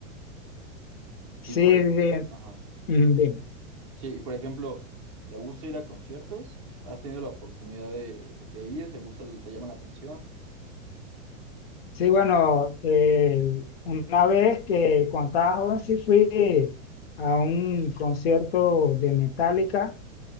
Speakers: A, on the left (about 50°); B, on the right (about 25°).
A: Sí,
B: Y por, ej-
A: bien,
B: ajá.
A: mm, bien.
B: Sí, y por ejemplo, ¿te gusta ir a conciertos? ¿Has tenido la oportunidad de, de ir? ¿Te gusta, el- te llama la atención?
A: Sí, bueno, eh, una vez que cuando estaba joven sí fui a un concierto de Metallica